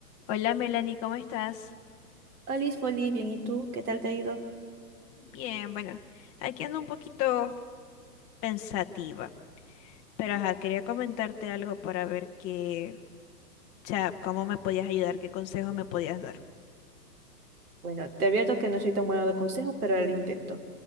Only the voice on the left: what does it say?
Hola Melanie, ¿cómo estás?
Bien, bueno, aquí ando un poquito pensativa, pero ajá, quería comentarte algo para ver qué, o sea, cómo me podías ayudar, qué consejos me podías dar.